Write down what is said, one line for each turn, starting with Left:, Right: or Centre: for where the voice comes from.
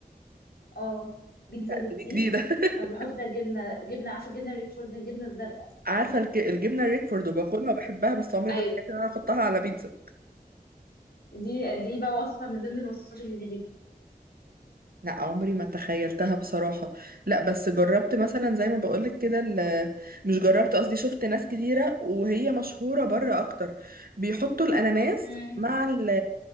Left: اه بيتزا
Right: لا
Left: بالتين
Right: دي جديدة <laughs>
Left: كنا بنحط فيها جبنه جبنه عارفه الجبنه الريكفورد الجبنه الزرقاء
Right: عارفة الك- الجبنة الريكفورد وباكلها وبحبها بس عمري
Left: ايوه
Right: ما تخيلت ان انا احطها على بيتزا
Left: دي دي بقى وصفه من ضمن الوصفات اللي جديده
Right: لا عمري ما تخيلتها بصراحة لا بس جربت مثلا زي ما بقولك كده ال- مش جربت قصدي شفت ناس كتيرة وهي مشهورة بره أكتر بيحطوا الأناناس
Left: امم
Right: مع ال-